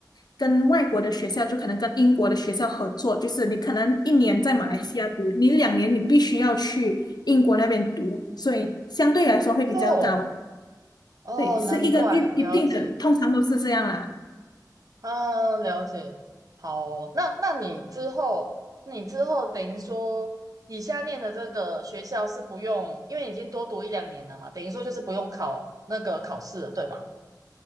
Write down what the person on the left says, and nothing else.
跟外国的学校，就可能跟英国的学校合作，就是你可能一年在马来西亚读，你两年你必须要去英国那边读，所以相对来说会比较高。
对，是一个一一定的，
通常都是这样啦。